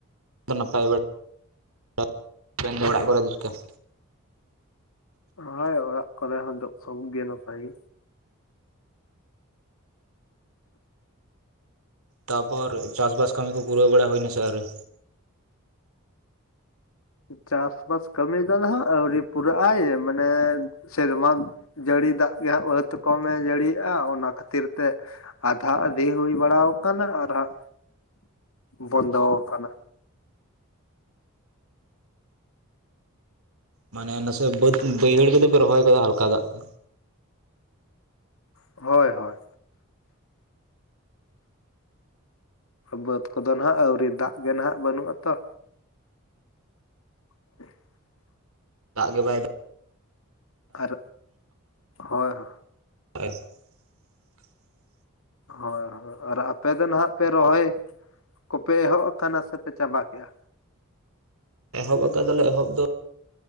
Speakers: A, on the right; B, on the left.
A: ᱱᱟᱯᱟᱭ ᱵᱟᱲᱟ᱾ <unintelligible> ᱚᱲᱟᱜ ᱠᱚᱨᱮ ᱡᱚᱛᱚ ᱾
B: ᱦᱳᱭ ᱚᱲᱟᱜ ᱠᱚᱨᱮ ᱦᱚᱸ ᱥᱚᱵ ᱜᱮ ᱱᱟᱯᱟᱭ ᱜᱮ᱾
A: ᱛᱟᱯᱚᱨ ᱪᱟᱥ ᱵᱟᱥ ᱠᱟᱹᱢᱤ ᱠᱚ ᱯᱩᱨᱟᱹᱣ ᱵᱟᱲᱟ ᱦᱩᱭᱱᱟ ᱥᱮ ᱟᱨᱭᱨᱤ᱾
B: ᱪᱟᱥ ᱵᱟᱥ ᱠᱟᱹᱢᱤ ᱫᱚ ᱱᱟᱦᱟᱜ ᱟᱹᱣᱨᱤ ᱯᱩᱨᱟᱹᱜ ᱟᱭ ᱢᱟᱱᱮ ᱥᱮᱨᱢᱟ ᱡᱟᱹᱲᱤ ᱫᱟᱜ ᱜᱮᱦᱟᱸᱜ <unintelligible> ᱠᱚᱢᱮ ᱡᱟᱹᱲᱤᱭᱟᱜᱼᱟ ᱚᱱᱟ ᱠᱷᱟᱹᱛᱤᱨ ᱛᱮ ᱟᱫᱷᱟ ᱟᱫᱦᱤ ᱦᱩᱭ ᱵᱟᱲᱟ ᱟᱠᱟᱱᱟ᱾ ᱟᱨᱦᱜ ᱵᱚᱱᱫᱚ ᱠᱟᱱᱟ᱾
A: ᱢᱟᱱᱮ ᱱᱟᱥᱮ ᱵᱟᱹᱫ ᱠᱚᱫᱚ ᱯᱮ ᱨᱚᱦᱚᱭ ᱦᱟᱞᱠᱟ ᱫᱟᱜ ᱛᱮ᱾
B: ᱦᱳᱭ ᱦᱳᱭ᱾ ᱵᱟᱹᱫᱽ ᱠᱚᱫᱚ ᱱᱟᱦᱟᱜ ᱟᱣᱨᱤ, ᱫᱟᱜ ᱜᱮ ᱱᱟᱦᱟᱜ ᱵᱟᱹᱱᱩᱜ ᱟᱛᱚ᱾ <inaudible>
A: ᱫᱟᱜ ᱜᱮ ᱵᱟᱭ ᱫᱟ
B: ᱟᱨ ᱦᱳᱭ ᱦᱳ
A: <unintelligible>
B: ᱦᱳᱭ ᱦᱳᱭ ᱟᱨ ᱟᱯᱮ ᱫᱚ ᱱᱟᱦᱟᱜ ᱯᱮ ᱨᱚᱦᱚᱭ ᱠᱚᱯᱮ ᱮᱦᱚᱵ ᱠᱟᱱᱟ ᱥᱮᱯᱮ ᱪᱟᱵᱟ ᱠᱮᱜᱼᱟ᱾
A: ᱮᱦᱚᱵ ᱟᱠᱟᱫᱟᱞᱮ ᱮᱦᱚᱵ ᱫᱚ